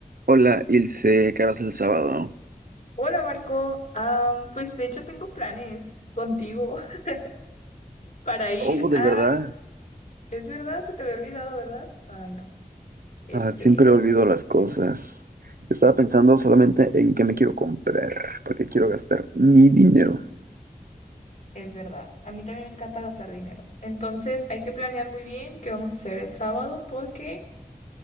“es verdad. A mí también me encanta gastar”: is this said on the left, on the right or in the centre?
Left